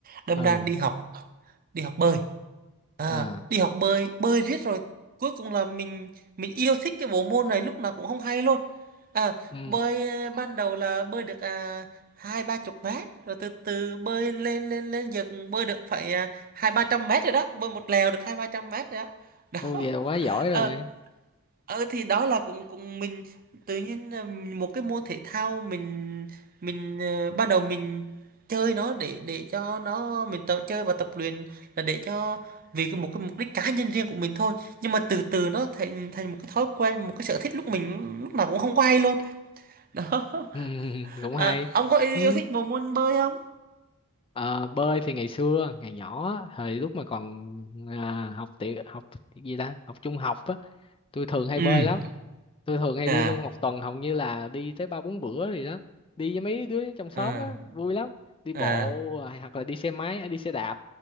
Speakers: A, on the right; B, on the left.
A: đâm
B: ừ
A: ra đi học đi học bơi à,
B: à
A: đi học bơi bơi riết rồi cuối cùng là mình mình yêu thích cái bộ môn này lúc nào cũng không hay luôn à,
B: ừ
A: bơi ờ, ban đầu là bơi được à, hai ba chục mét rồi từ từ bơi lên lên lên giờ cũng bơi được phải à, hai ba trăm mét rồi đó bơi một lèo được hai ba trăm mét rồi đó đó
B: ô vậy là quá giỏi rồi
A: <laughs> ờ thì đó là cũng cũng mình tự nhiên là một cái môn thể thao mình mình ờ, ban đầu mình chơi nó để để cho nó mình tập chơi và tập luyện là để cho vì cái- một cái mục đích cá nhân riêng của mình thôi nhưng mà từ từ nó thành thành một cái thói quen một cái sở thích lúc mình lúc nào cũng không có hay luôn <laughs> đó
B: ừ. <laughs> cũng hay
A: à, ông có yêu
B: ừ.
A: thích bộ môn bơi không
B: Ờ, bơi thì ngày xưa ngày nhỏ á, thời lúc mà còn à, học tiểu học gì ta học trung học á tôi thường hay
A: À.
B: bơi
A: ừ
B: lắm tôi thường hay
A: à
B: đi luôn một tuần hầu như là đi tới ba bốn bữa gì đó đi với mấy đứa trong xóm
A: à
B: á vui lắm đi
A: à
B: bộ rồi hoặc là đi xe máy à, đi xe đạp